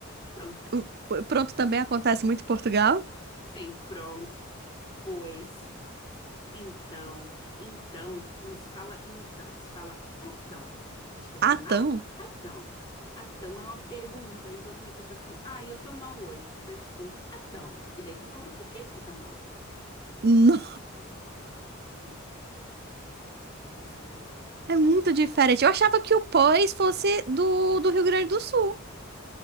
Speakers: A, on the left; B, on the right.
A: Pronto.
B: O- o Pronto também acontece muito em Portugal.
A: Sim, pronto. Pois, então, então, não se fala então, se fala atão. Tipo com
B: Ah,
A: A,
B: tão?
A: atão. Atão é uma pergunta, então tu me conta assim, ah, eu tô mal hoje. Daí eu te respondo, atão. E daí tu me conta por que que tu tá mal.
B: Não,
A: É, true story.
B: é muito diferente. Eu achava que o Pois fosse do, do Rio Grande do Sul.